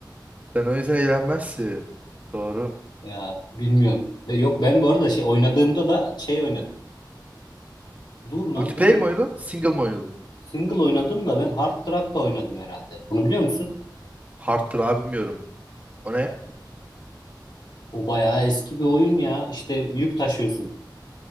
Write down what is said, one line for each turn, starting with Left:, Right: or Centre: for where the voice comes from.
Right: Sen o yüzden eğlenmezsin. Doğru.
Left: Ya bilmiyorum. Ve Yok ben bu arada şey oynadığımda da şey oynadım. Dur lan
Right: Multiplayer
Left: ben
Right: mi oynadın? Single mi oynadın?
Left: single oynadım da ben Hard Truck da oynadım herhalde. Onu biliyor musun?
Right: Hard tır abi bilmiyorum. O ne?
Left: O bayağı eski bir oyun ya. İşte yük taşıyorsun.